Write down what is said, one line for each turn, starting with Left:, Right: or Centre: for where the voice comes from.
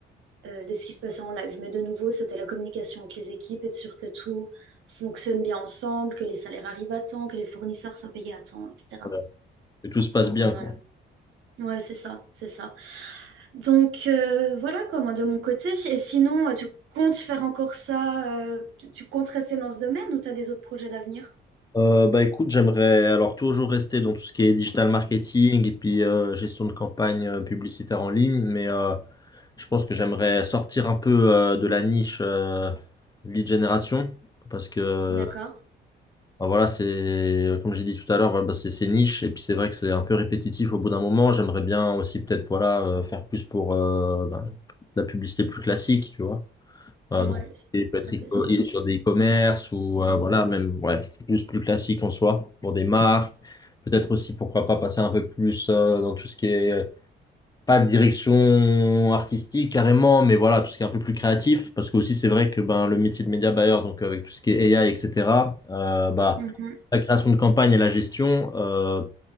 Right: euh, de ce qui se passait en live. Mais de nouveau, c'était la communication avec les équipes, être sûr que tout fonctionne bien ensemble, que les salaires arrivent à temps, que les fournisseurs soient payés à temps, etc.
Left: voilà. que tout se passe bien,
Right: Voilà.
Left: quoi.
Right: Ouais, c'est ça, c'est ça. Donc euh, voilà quoi, moi de mon côté. Et sinon, euh, tu comptes faire encore ça euh, tu, tu comptes rester dans ce domaine ou tu as des autres projets d'avenir
Left: Euh, bah écoute, j'aimerais alors toujours rester dans tout ce qui est digital marketing et puis euh, gestion de campagne euh, publicitaire en ligne, mais euh, je pense que j'aimerais sortir un peu euh, de la niche euh, lead generation parce que
Right: D'accord.
Left: bah, voilà, c'est comme j'ai dit tout à l'heure, voilà, bah, c'est c'est niche et puis c'est vrai que c'est un peu répétitif au bout d'un moment. J'aimerais bien aussi peut-être voilà euh, faire plus pour euh, bah, la publicité plus classique, tu vois. Euh,
Right: Ouais,
Left: donc, il peut
Right: ça
Left: être
Right: fait sens.
Left: e- et sur des e-commerce ou euh, voilà, même ouais, juste plus classique en soi pour des marques. Peut-être aussi, pourquoi pas passer un peu plus euh, dans tout ce qui est euh, pas de direction artistique carrément, mais voilà, tout ce qui est un peu plus créatif. Parce que aussi, c'est vrai que ben, le métier de média buyer, donc avec tout ce qui est AI, etc., euh, bah,
Right: Mhm.
Left: la création de campagne et la gestion, euh,